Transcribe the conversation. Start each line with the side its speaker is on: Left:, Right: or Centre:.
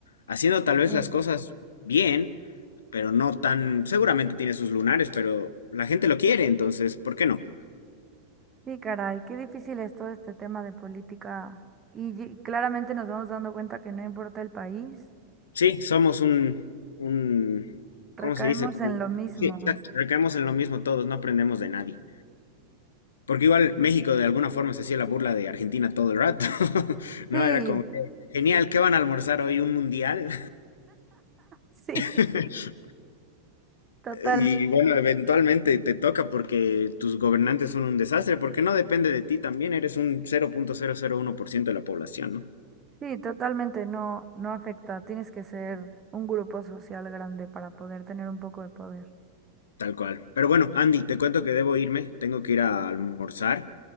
Left: haciendo tal vez
Right: Mm.
Left: las cosas bien, pero no tan, seguramente tiene sus lunares, pero la gente lo quiere, entonces, ¿por qué no?
Right: Sí, caray, qué difícil es todo este tema de política. Y, ye- claramente nos vamos dando cuenta que no importa el país,
Left: Sí, somos un, un,
Right: recaemos
Left: ¿cómo se dice? Como-
Right: en lo mismo.
Left: sí, exacto, recaemos en lo mismo todos, no aprendemos de nadie. Porque igual México de alguna forma se hacía la burla de Argentina todo el rato, <laughs> ¿no?
Right: Sí,
Left: Era como, que, genial, ¿qué van a almorzar hoy? ¿Un mundial?
Right: <laughs> sí,
Left: <laughs>
Right: totalmente.
Left: Y bueno, eventualmente te toca porque tus gobernantes son un desastre, porque no depende de ti también, eres un cero punto cero cero punto uno por ciento de la población, ¿no?
Right: Sí, totalmente no, no afecta. Tienes que ser un grupo social grande para poder tener un poco de poder.
Left: Tal cual. Pero bueno, Andy, te cuento que debo irme, tengo que ir a almorzar,